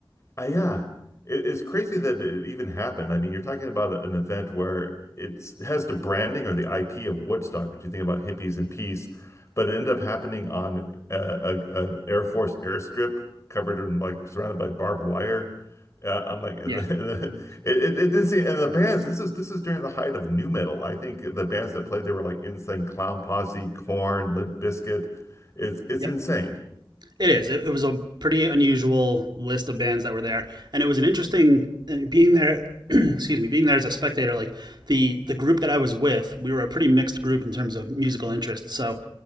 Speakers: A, on the left (about 35°); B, on the right (about 55°).
A: uh, yeah, it, it's crazy that it even happened. I mean, you're talking about an event where it has the branding or the IP of Woodstock, which you think about hippies and peace, but it ended up happening on uh, a, an Air Force airstrip covered in like surrounded by barbed wire. Uh, I'm like, <laughs> it,
B: Yeah.
A: it, it didn't seem, and the bands. This is this is during the height of new metal. I think the bands that played there were like Insane Clown Posse, Corn, Limp Bizkit. It's it's
B: Yep.
A: insane.
B: It is. It, it was a pretty unusual list of bands that were there, and it was an interesting uh, being there. <clears throat> excuse me, being there as a spectator. Like the the group that I was with, we were a pretty mixed group in terms of musical interests. So